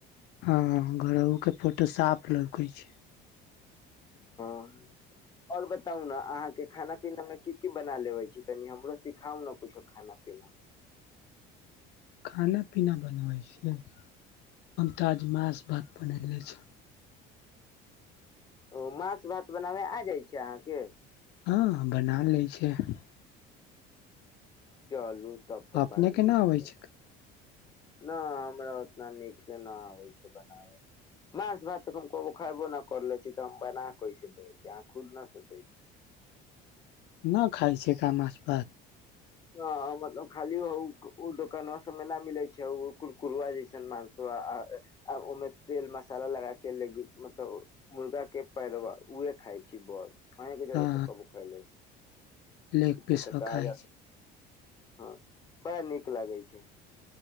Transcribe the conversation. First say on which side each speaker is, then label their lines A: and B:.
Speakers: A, on the left; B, on the left.
A: हँ, हँ घरहु के फोटो साफ लौकै छै।
B: हँ। और बताउ न आहाँके खाना पीना मे की की बना लेबे छी तनि हमरो सिखाउ ने कुछो खाना पीना।
A: खाना पीना बनबै छियै हम तऽ आज माँस भात बनेैने छी।
B: ओ माँस भात बनाबे आ जाय छै आहाँके?
A: हँ बना लै छैयै।
B: चलू तब तऽ
A: अपने
B: बड़ा
A: के
B: नीक
A: ना अबै
B: छैय।
A: छै
B: न हमरा ओतना नीक से न आबे छै बनावे। माछ भात तऽ कहो खबो न करले छी तऽ हम बना कैसे देब अहाँ खुद न सोेचे छी।
A: नहि खाइ छैय का माछ भात।
B: ह मतलब खाली उ दोकान सब मे न मिलै छैय कुरकुरुआ जइ छैय मांस ओहिमे तेल मसाला लगा के ले मतलब मुर्गा के पैरवा उह खाइ छी बस। अहींके जरे
A: हँ
B: कभु खइले छी नहि
A: लेग पीस
B: तऽ कहा
A: खाइ
B: जा
A: छै
B: हँ बड़ा नीक लागै छैय।